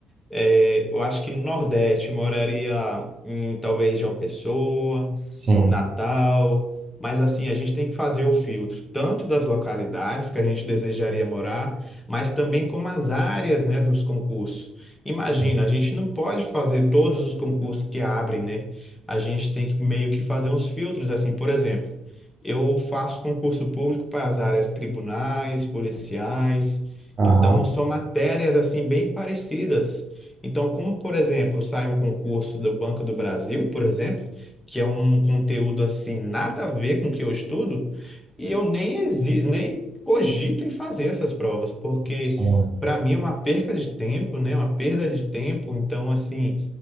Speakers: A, on the left; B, on the right.
A: É, eu acho que no Nordeste eu moraria em talvez João Pessoa,
B: sim,
A: Natal. Mas assim, a gente tem que fazer o filtro tanto das localidades que a gente desejaria morar, mas também como as áreas, né, dos concursos. Imagina,
B: sim,
A: a gente não pode fazer todos os concursos que abrem, né? A gente tem que meio que fazer uns filtros assim, por exemplo, eu faço concurso público para as áreas tribunais, policiais,
B: aham,
A: então são matérias assim bem parecidas. Então, como por exemplo, sai um concurso do Banco do Brasil, por exemplo, que é um conteúdo assim, nada a ver com o que eu estudo, e eu nem, exi nem cogito em fazer essas provas, porque
B: sim,
A: para mim é uma perca de tempo, né? Uma perda de tempo, então assim,